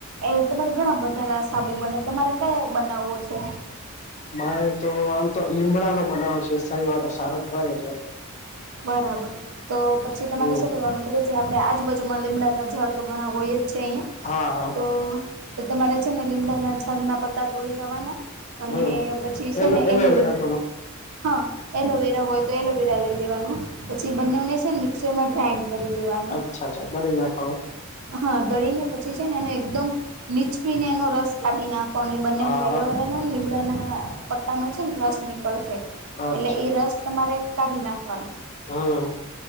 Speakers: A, on the right (about 85°); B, on the left (about 35°).
A: એ તમારે ઘણા બધા સાબુ બને તમારે કયા બનાવવો છે.
B: મારે તો આમ તો લીમડા નો બનાવો છે સારી વાતો સારો કહેવાય એટલે.
A: બરાબર તો પછી તમારે
B: હમ
A: શું કરવાનું ખર. જે આપણે આજુબાજુમાં લીમડાના ઝાડ તો ઘણા હોય જ છે અહિયાં
B: હા હા
A: તો. તો તમારે છે ને લીમડાના છલના પતા તોડી લેવાના. અને
B: હમ
A: પછી છે
B: એલો
A: ને એલોવેરા.
B: થોડું
A: હા એલોવેરા હોય તો એલોવેરા લઈ લેવાનું પછી બંનેને છે ને મિક્સરમાં ગ્રાઇન્ડ. કરી દેવાનું.
B: અચ્ાા દડી નાખો.
A: હા દળી ને પછી છે ને એનો એકદમ નીચવીીને એનો રસ કાઢી નાખો. પણ એ બંને
B: હા
A: એલોવેરા નને લીમડાના પત્તા નો છે ને રસ નીકળશે.
B: હા અચ્છા
A: એટલે એ રસ તમારે કાઢી નાખવાનો.
B: હમ.